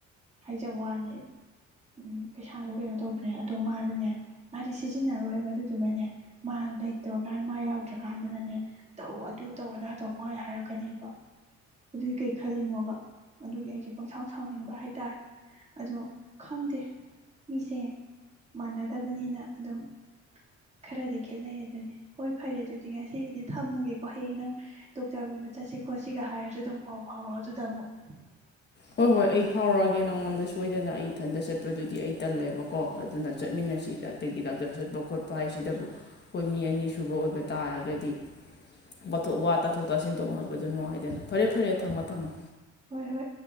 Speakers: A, on the right; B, on the left.
A: ꯍꯥꯏꯖꯕ ꯋꯥꯅꯤ ꯎꯝ ꯄꯩꯁꯥꯗꯣ ꯀꯩꯅꯣ ꯇꯧꯗ꯭ꯔꯦ ꯑꯗꯣ ꯃꯥꯗꯤꯅꯦ ꯃꯥꯗꯤ ꯁꯤꯖꯤꯟꯅꯔꯣꯏꯕ ꯑꯗꯨꯗꯨꯒꯅꯦ ꯃꯥ ꯂꯩꯇꯕ ꯀꯥꯟꯗ ꯃꯥ ꯌꯥꯎꯗ꯭ꯔꯀꯥꯟꯗꯅꯅꯦ ꯇꯧ ꯑꯗꯨ ꯇꯧ ꯑꯗꯥ ꯇꯧ ꯄꯪꯍꯥꯏ ꯍꯥꯏꯔꯛꯀꯅꯤꯕ ꯑꯗꯨꯏ ꯀꯩ ꯈꯜꯂꯤꯅꯣꯕ ꯑꯗꯨꯒꯤ ꯑꯩꯁꯦ ꯄꯪꯁꯥꯎ ꯁꯥꯎꯅꯤꯡꯕ ꯍꯥꯏꯇꯥꯔꯦ ꯑꯗꯣ ꯈꯪꯗꯦ ꯃꯤꯁꯦ ꯃꯥꯟꯅꯗꯕꯅꯤꯅ ꯑꯗꯨꯝ ꯈꯔꯗꯤ ꯈꯦꯠꯅꯩ ꯑꯗꯨꯅꯤ ꯍꯣꯏ ꯐꯔꯦ ꯑꯗꯨꯗꯤ ꯉꯁꯤꯒꯤꯗꯤ ꯊꯝꯃꯒꯦꯀꯣ ꯍꯌꯦꯡ ꯅꯪ ꯗꯣꯛꯇꯔꯒꯨꯝ ꯆꯠꯁꯤ ꯈꯣꯠꯁꯤꯒ ꯍꯥꯏꯔꯁꯨ ꯑꯗꯨꯝ ꯄꯥꯎ ꯐꯥꯎꯔꯛꯑꯣ ꯑꯗꯨꯗ ꯑꯃꯨꯛ
B: ꯍꯣꯏ ꯍꯣꯏ ꯑꯩ ꯐꯥꯎꯔꯛꯑꯒꯦ ꯅꯉꯣꯟꯗ ꯁꯣꯏꯗꯅ ꯑꯩ ꯏꯊꯟꯗ ꯆꯠꯄꯗꯨꯗꯤ ꯑꯩ ꯇꯜꯂꯦꯕꯀꯣ ꯑꯗꯨꯅ ꯆꯠꯃꯤꯟ <unintelligible> ꯗꯥꯛꯇꯔ ꯆꯠꯄ ꯈꯣꯠꯄ ꯍꯥꯏꯁꯤꯗꯕꯨ ꯑꯈꯣꯏ ꯃꯤ ꯑꯅꯤ ꯁꯨꯕ ꯑꯣꯏꯕ ꯇꯥꯔꯒꯗꯤ ꯋꯥꯊꯣꯛ ꯋꯥ ꯇꯥꯊꯣꯛ ꯇꯥꯁꯤꯟ ꯇꯧꯅꯕꯗꯨ ꯅꯨꯡꯉꯥꯏꯗꯅ ꯐꯔꯦ ꯐꯔꯦ ꯊꯝꯃꯣ ꯊꯝꯃꯣ
A: ꯍꯣꯏ ꯍꯣꯏ